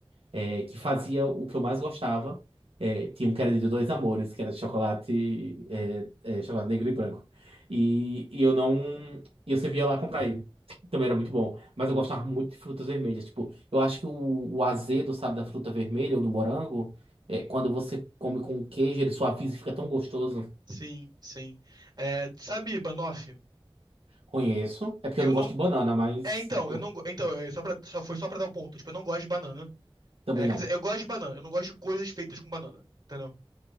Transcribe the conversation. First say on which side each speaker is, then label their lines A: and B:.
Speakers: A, on the right (about 85°); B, on the right (about 50°).
A: é, que fazia o que eu mais gostava. É, tinha um que era de dois amores, que era de chocolate, é, é, chocolate negro e branco. E, e eu não. Eu sempre ia lá comprar ele. Também era muito bom. Mas eu gostava muito de frutas vermelhas. Tipo, eu acho que o, o azedo, sabe, da fruta vermelha ou do morango, é, quando você come com queijo, ele suaviza e fica tão gostoso.
B: Sim, sim. É, sabe, Banoff?
A: Conheço. É porque
B: Eu
A: eu não
B: não.
A: gosto de banana, mas
B: É, então,
A: eu
B: eu não. go- Então, é só pra, só, foi só pra dar o ponto. Tipo, eu não gosto de banana.
A: também
B: É, quer
A: não.
B: dizer, eu gosto de banana. Eu não gosto de coisas feitas com banana. Entendeu?